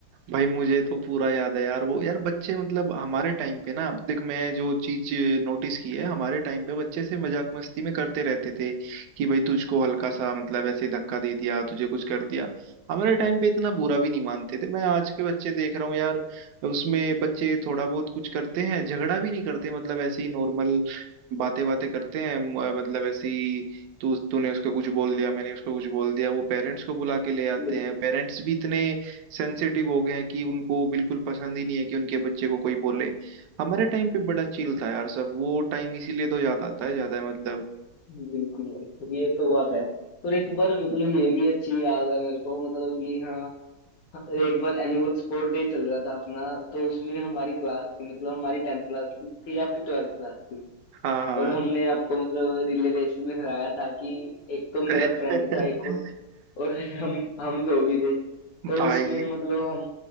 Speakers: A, on the right; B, on the left.
A: भाई मुझे तो पूरा याद है यार वो यार बच्चे मतलब हमारे टाइम पे ना देख मैं जो चीज नोटिस की है हमारे टाइम पे बच्चे से मजाक मस्ती में करते रहते थे कि भाई तुझको हल्का सा मतलब ऐसे धक्का दे दिया तुझे कुछ कर दिया हमारे टाइम पे इतना बुरा भी नहीं मानते थे मैं आज के बच्चे देख रहा हूँ यार उसमें बच्चे थोड़ा बहुत कुछ करते हैं झगड़ा भी नहीं करते मतलब ऐसे ही नॉर्मल बातें बातें करते हैं म- मतलब ऐसे ही तू तूने उसको कुछ बोल दिया मैंने उसको कुछ बोल दिया वो पेरेंट्स को बुला के ले आते
B: बिल्कुल
A: हैं पेरेंट्स भी इतने सेंसिटिव हो गए हैं कि उनको बिल्कुल पसंद ही नहीं है कि उनके बच्चे को कोई बोले हमारे टाइम पे बड़ा चिल था यार सब वो टाइम इसीलिए तो याद आता है ज्यादा मतलब
B: बिल्कुल भाई ये तो बात है और एक बार मतलब ये भी अच्छी याद है मेरे को मतलब कि हाँ एक बार एनुअल स्पोर्ट डे चल रहा था अपना तो उसमें हमारी क्लास थी मतलब हमारी टेंथ क्लास थी आपकी ट्वेल्थ क्लास थी।
A: हाँ हाँ
B: और हमने आपको मतलब रिले रेस में हराया था कि एक
A: <laughs>
B: तो मेरा फ्रेंड था एक और और हम हम दो भी थे
A: भाई
B: तो उसमें मतलब हम